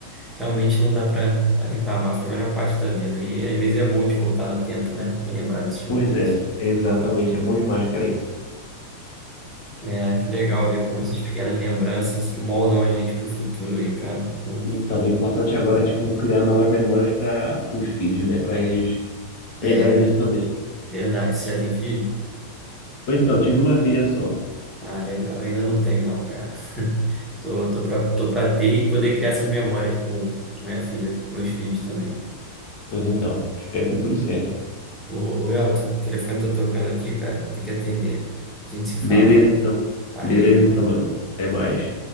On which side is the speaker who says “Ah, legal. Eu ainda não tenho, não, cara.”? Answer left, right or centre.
Centre